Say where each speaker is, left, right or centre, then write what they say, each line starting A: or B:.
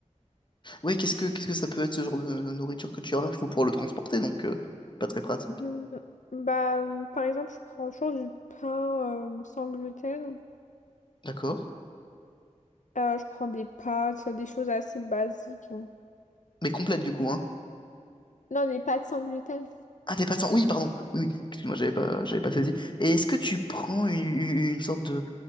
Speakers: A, on the left (about 35°); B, on the left (about 75°).
A: Ouais, qu'est-ce que qu'est-ce que ça peut être ce genre de, de nourriture que tu remarques? Il faut pouvoir le transporter, donc euh, pas très pratique.
B: Mm, Bah, euh, par exemple, je prends toujours du pain euh, sans gluten.
A: D'accord.
B: Euh, je prends des pâtes, des choses assez basiques. hein.
A: Mais complète du coup, hein.
B: Non, des pâtes sans gluten.
A: Ah, t'es pas sans- Oui, pardon. Oui, oui. Excuse-moi, j'avais pas, j'avais pas saisi. Et est-ce que tu prends une, une- une sorte de,